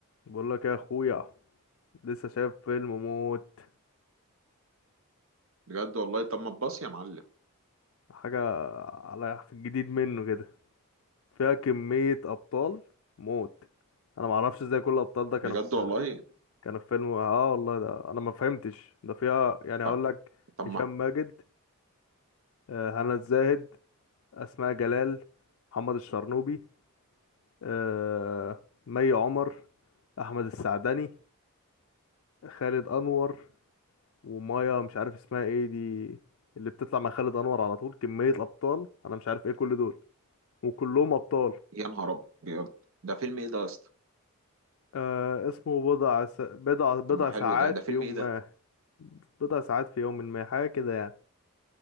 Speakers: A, on the left; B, on the right.
A: بقول لك يا اخويا لسه شايف فيلم موت
B: بجد والله طب ما تباص يا معلم
A: حاجه على في الجديد منه كده فيها كميه ابطال موت انا ما اعرفش ازاي كل الابطال ده كانوا
B: بجد
A: في
B: والله
A: كانوا في فيلم اه والله ده انا ما فهمتش ده فيها يعني هقول
B: ف-
A: لك
B: طب
A: هشام
B: ما
A: ماجد آه، هنا الزاهد اسماء جلال محمد الشرنوبي آه، مي عمر احمد السعدني خالد انور ومايا مش عارف اسمها ايه دي اللي بتطلع مع خالد انور على طول كمية ابطال انا مش عارف ايه كل دول وكلهم ابطال
B: يا نهار ابيض ده فيلم ايه ده يا اسطى
A: آه اسمه بضع س... بضع بضع
B: طب ما حلو
A: ساعات
B: ده ده
A: في
B: فيلم
A: يوم
B: ايه ده
A: ما بضع ساعات في يوم ما حاجة كده يعني